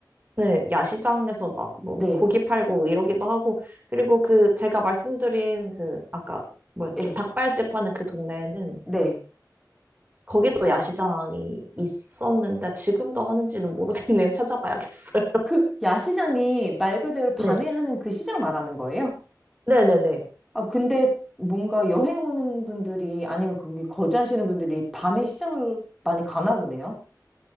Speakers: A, on the right; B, in the centre.
A: 네, 야시장에서 막 뭐
B: 네.
A: 고기 팔고 이러기도 하고 그리고 그 제가 말씀드린 그 아까 뭐였죠?
B: 네.
A: 닭발집 하는 그 동네는
B: 네.
A: 거기도 야시장이 있었는데 지금도 하는지는 모르겠네요. <laughs> 찾아봐야겠어요.
B: 그 야시장이 말 그대로 밤에
A: 네.
B: 하는 그 시장 말하는 거예요?
A: 네네네.
B: 아, 근데 뭔가 여행 오는 분들이 아니면 거기 거주하시는 분들이 밤에 시장을 많이 가나 보네요.